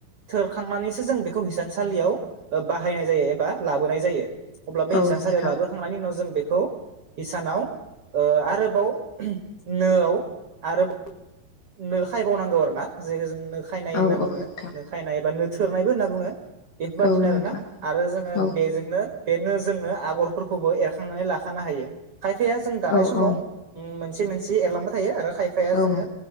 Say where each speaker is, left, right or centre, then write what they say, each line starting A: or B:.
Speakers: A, on the right; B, on the left.
A: थोरखांनानैसो जों बेखौ हिसानसालियाव ओ बाहायनाय जायो एबा लाबोनाय जायो अब्ला बे
B: औ
A: हिसान
B: नोंथां
A: सालियाव लाबोखांनायनि उनाव जों बे खौ इसानाव ओ आरोबाव नोआव आरोबाव नो खायबावनांगौ आरोना जे जों नो खायनाय
B: औ
A: होनना
B: औ
A: बुङो
B: नोंथां
A: नो खायनाय बा नो थोरनायबो होनना बुङो एफोरबादिनो
B: औ नोंथां
A: आरोना आरो जोङो
B: औ
A: बेजोंनो बेनो जोंनो आगरफोरखौबो एरखांनानै लाखानो हायो खायफाया जों दानाय
B: औ
A: समाव
B: औ
A: उ मोनसे से मोनसे एरलांबाय थायो आरो खायफाया
B: औ
A: जोङो